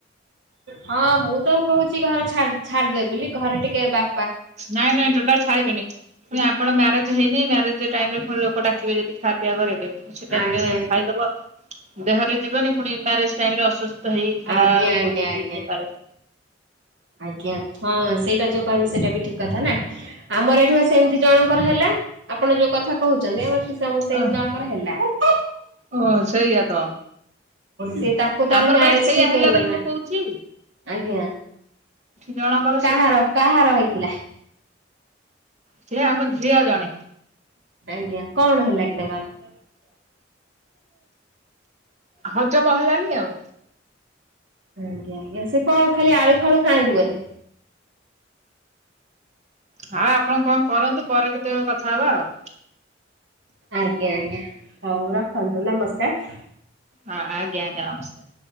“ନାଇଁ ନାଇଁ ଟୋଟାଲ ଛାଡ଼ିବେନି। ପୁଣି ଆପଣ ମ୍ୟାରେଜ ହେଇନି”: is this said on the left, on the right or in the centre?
Right